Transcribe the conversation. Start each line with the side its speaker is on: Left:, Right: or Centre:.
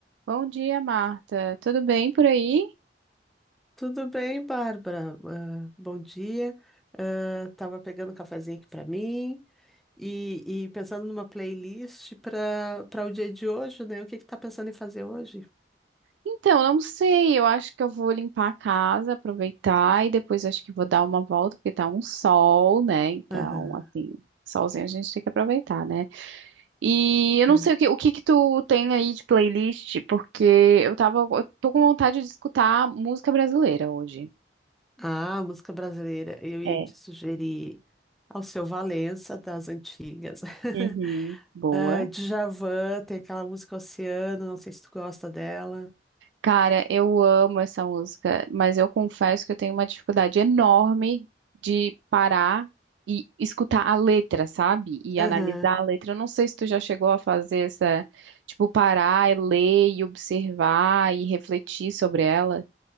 Right: Bom dia, Marta. Tudo bem por aí?
Centre: Tudo bem, Bárbara? Ah, bom dia. Ah, tava pegando um cafezinho aqui para mim e, e pensando numa playlist para para o dia de hoje, né? O que que tá pensando em fazer hoje?
Right: Então, não sei. Eu acho que eu vou limpar a casa, aproveitar e depois acho que vou dar uma volta, porque tá um sol, né? Então,
Centre: Aham,
Right: assim, solzinho a gente tem que aproveitar, né? E eu não
Centre: é.
Right: sei o que, o que que tu tem aí de playlist, porque eu tava, eu tô com vontade de escutar música brasileira hoje.
Centre: Ah, música brasileira. Eu ia
Right: É.
Centre: te sugerir ao seu Valença das antigas. <laughs>
Right: Uhum. Boa.
Centre: Ah, Djavan, tem aquela música Oceano, não sei se tu gosta dela.
Right: Cara, eu amo essa música, mas eu confesso que eu tenho uma dificuldade enorme de parar e escutar a letra, sabe? E
Centre: Aham.
Right: analisar a letra. Eu não sei se tu já chegou a fazer essa, tipo, parar e ler e observar e refletir sobre ela.